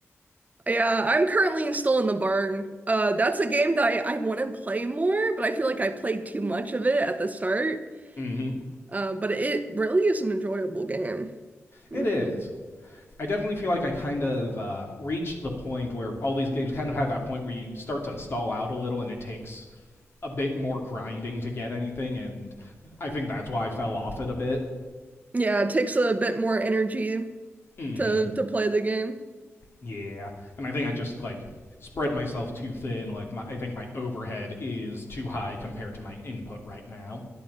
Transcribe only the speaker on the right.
Yeah, I'm currently in- still in the barn. Uh, that's a game that I, I want to play more, but I feel like I played too much of it at the start.
Uh, but it really is an enjoyable game. hmm
Yeah, it takes a bit more energy
to to play the game.